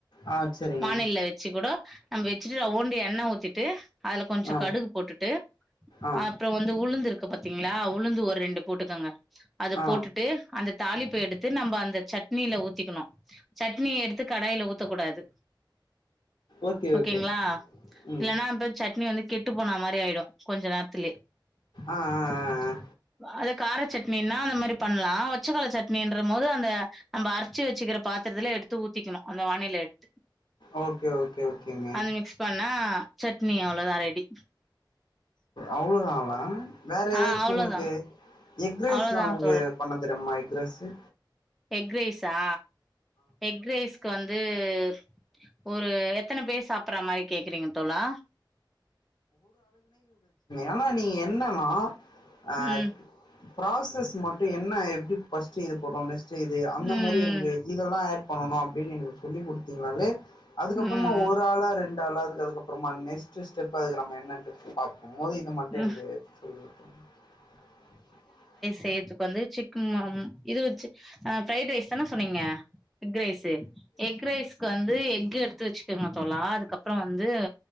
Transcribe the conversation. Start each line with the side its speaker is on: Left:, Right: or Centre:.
Left: ஆ செரிங்க
Centre: வாநிலில வச்சு கூட நம்ம வச்சுட்டுஓண்டிய எண்ணெ ஊத்திட்டு அதுல கொஞ்சோ
Left: ஆ
Centre: கடுகு போட்டுட்டு
Left: ஆ
Centre: அப்புறோ வந்து உளுந்து இருக்கு பாத்தீங்களா உளுந்து ஒரு ரெண்டு போட்டுக்கோங்க அது
Left: ஆ
Centre: போட்டுட்டு அந்த தாலிப்ப எடுத்து நம்ம அந்த சட்டினியில ஊத்திக்கணு சட்னிய எடு த்து கடாயில ஊத்தக்கூடாது
Left: ஓகே
Centre: ஓகேங்களா
Left: ஓகே ம்
Centre: இல்லன்னா அப்ப சட்னி வந்து கெட்டு போனா மாரி ஆயிடு கொஞ்ச நேரத்துலயே
Left: ஆ ஆ ஆ
Centre: அது கார சட்னின்னா அந்த மாதிரி பண்ணலா ஒச்சக்கல சட்னின்ற போது அந்த நம்ம அரைச்சு வச்சிக்கிற பாத்திரத்துல எடுத்து ஊ த்திக்கணு அந்த வானையில எடுத்து
Left: ஓகே ஓகே ஓகேங்க
Centre: அந்த மிக்ஸ் பண்ணா சட்னி அவ்வளோதா ரெடி
Left: அவ்வளோதா ப வேற ஏதாச்சு
Centre: ஆ அவ்ளோதான்.
Left: உங்களுக்கு எக்ஸ் ரைஸ்
Centre: அவ்ளோதான்
Left: எல்லா உங்களுக்கு பண்ண தெரியமா ட்ரெஸ்சு
Centre: எக்ரைசா எக்ரைஸ்க் வந்து து ஒரு எத்தன பேர் சாப்பற மாதிரி கேக்குறீங்க தோழா
Left: ஏன்னா நீங்க என்னன்னா ஆ
Centre: ம்
Left: ப்ராசஸ் மட்டு என்ன எப்டி ஃபஸ்ட்டு இது போட்டோன்ன செய்து அந்த
Centre: ம்
Left: மாதிரி எங்க இதெல்லா பண்ணனு அப்டின்னு எனக்கு சொல்லி கொடுத்தீங்கனாலே அதுக்க
Centre: ம்
Left: அப்புறமா
Centre: ம்
Left: ஒரு ஆளா ரெண்டு ஆளா அதுக்கு அதுக்கப்புறமா நெக்ஸ்ட் ஸ்டெப் ப்பா அதுக்கு நம்ம என்னன்ன பிரிச்பாப்போ ஒம்போது இந்த மட்டேங்குது
Centre: ம்
Left: <unintelligible>
Centre: செயருத்துக்கு வந்து சிக் மம் இது வச்சு ஃபிரைட் ரைஸ் தானே சொன்னீங்க எக் ரைஸ் எக் ரைஸ்க்கு வந்து எக் து எடுத்து வச்சுக்கோங்க தோழா அதுக்கப்புறோ வந்து